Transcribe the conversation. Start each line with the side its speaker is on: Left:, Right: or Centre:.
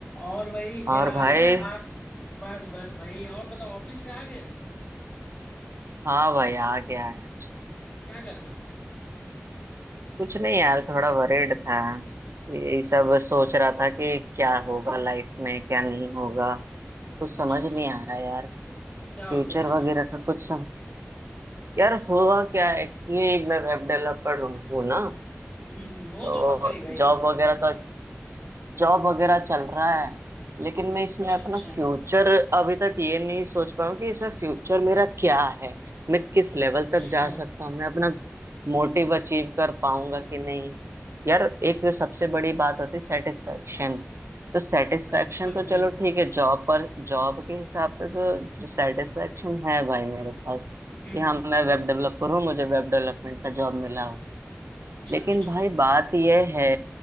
Left: और भाई क्या
Right: और
Left: हाल
Right: भाई
Left: है आ, बस बस भाई और बताओ ऑफिस से आ गए अभी
Right: हाँ भाई आ गया है
Left: क्या कर रहे हो
Right: कुछ नहीं यार थोड़ा वरीड था
Left: अच्छा
Right: ये सब
Left: अच्छा
Right: सोच रहा था कि क्या होगा लाइफ में क्या नहीं होगा कुछ
Left: अच्छा
Right: समझ
Left: अच्छा
Right: नहीं आ रहा यार
Left: क्या हो
Right: फ्यूचर
Left: गया ऐसा
Right: वगैरह का कुछ सम यार हुआ क्या है कि मैं वेब डेवलपर हूँ ना
Left: हम्म हम्म, वो
Right: तो
Left: तो पता ही भाई
Right: जॉब वगैरह
Left: हाँ
Right: तो जॉब वगैरह चल रहा है लेकिन मैं इसमें
Left: अच्छा
Right: अपना
Left: अच्छा
Right: फ्यूचर अभी तक ये नहीं सोच पाया हूँ कि इसमें फ्यूचर मेरा क्या है मैं किस लेवल
Left: अच्छा
Right: तक जा सकता हूँ मैं अपना मोटिव अचीव कर पाऊंगा कि नहीं यार एक जो सबसे बड़ी बात होती है सेटिस्फेक्शन तो सेटिस्फेक्शन
Left: बिल्कुल
Right: तो
Left: भाई
Right: चलो ठीक है जॉब पर जॉब के हिसाब से तो सेटिस्फेक्शन है भाई मेरे पास
Left: हम्म
Right: कि हाँ
Left: हम्म
Right: मैं
Left: हम्म
Right: वेब डेवलपर हूँ मुझे वेब डेवलपमेंट का जॉब मिला हुआ है।
Left: अच्छा
Right: लेकिन
Left: अच्छा
Right: भाई बात यह है